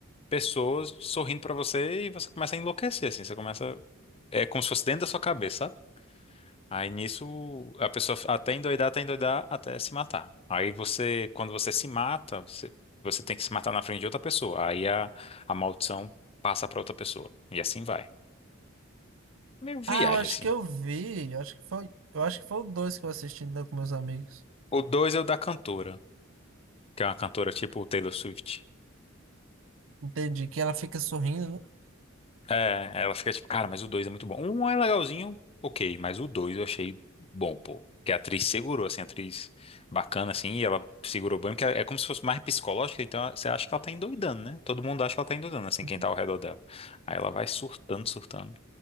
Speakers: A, on the left; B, on the right.
A: pessoas sorrindo pra você e você começa a enlouquecer, assim, você começa, é como se fosse dentro da sua cabeça, sabe? Aí nisso a pessoa até endoidar, até endoidar, até se matar. Aí você, quando você se mata, você, você tem que se matar na frente de outra pessoa. Aí a, a maldição passa pra outra pessoa. E assim vai. Meio viagem,
B: Ah, eu acho
A: assim.
B: que eu vi. Eu acho que foi, eu acho que foi o dois que eu assisti então com meus amigos.
A: O dois é o da cantora, que é uma cantora tipo Taylor Swift.
B: Entendi, que ela fica sorrindo, né?
A: É, ela fica tipo, cara, mas o dois é muito bom. Um é legalzinho, ok, mas o dois eu achei bom, pô. Que a atriz segurou, assim, a atriz bacana, assim, e ela segurou bem, porque é como se fosse mais psicológica, então você acha que ela tá endoidando, né? Todo mundo acha que ela tá endoidando, assim,
B: Que
A: quem tá ao redor dela. Aí ela vai surtando, surtando.